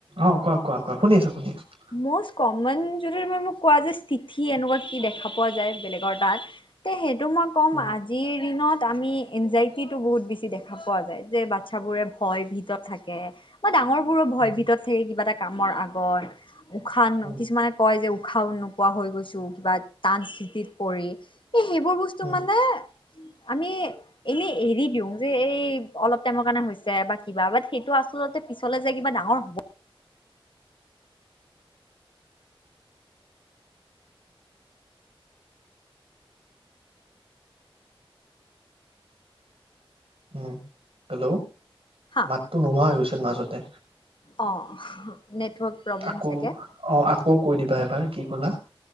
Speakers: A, on the right (about 80°); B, on the left (about 60°).
A: অঁ, কোৱা কোৱা কোৱা শুনি আছো শুনি আছো।
B: মষ্ট কমন যদি তুমি মোক কোৱা যে স্থিতি এনেকুৱা কি দেখা পোৱা যায় বেলেগৰ তাত। তে সেইটো মই কম
A: উম
B: আজিৰ দিনত, আমি এনজাইটি বহুত বেছি দেখা পোৱা যায় যে বাচ্ছাবোৰে ভয় ভিতৰত থাকে, বা ডাঙৰবোৰৰ ভয়
A: উম
B: ভিতৰত থাকে কিবা এটা কামৰ আগত, উশাহ
A: উম
B: কিছুমান কয় যে উশাহ নোপোৱা হৈ গৈছো কিবা টান স্থিতিত পৰি, এই সেইবোৰ ব স্তু
A: উম
B: মানে আমি এনেই এৰি দিওঁ, যে এই অলপ টাইমৰ কাৰণে হৈছে বা কিবা বাট সেইটো আচল তে পিছলে যাই কিবা ডাঙৰ হ'ব,
A: উম, হেল্ল'
B: হা
A: মাতটো নোহোৱা হৈ গৈছিল মাজতে।
B: অঁ নেটৱৰ্ক, প্ৰব্লেম
A: আকৌ
B: চাগে।
A: অঁ আকৌ কৈ দিবা এবাৰ কি ক'লা।